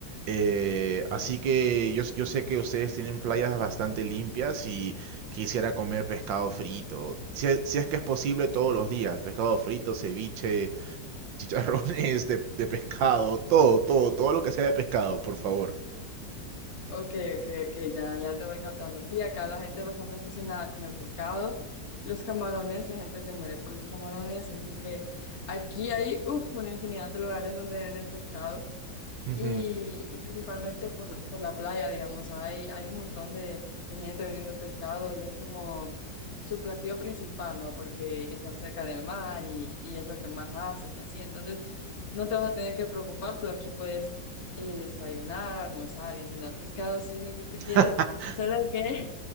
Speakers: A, on the right; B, on the left.
A: Eh, así que yo, s- yo sé que ustedes tienen playas bastante limpias y quisiera comer pescado frito. Si es, si es que es posible todos los días, pescado frito, ceviche, <laughs> chicharrones de, de pescado, todo, todo, todo lo que sea de pescado, por favor.
B: Ok, ok, ok, ya, ya te voy captando. Sí, acá la gente es bastante aficionada con el pescado, los camarones, la gente se muere por los camarones, así que aquí hay uf, una infinidad de lugares donde venden pescado.
A: Ujú.
B: Y, y principalmente por, por la playa, digamos, hay, hay un montón de, de gente vendiendo pescado y es como su platillo principal, ¿no? Porque están cerca del mar y, y es lo que más hacen y así. Entonces, no te vas a tener que preocupar, tú aquí puedes eh, desayunar, almorzar y cenar pescado si es lo que tú
A: <laughs>
B: quieres, solo que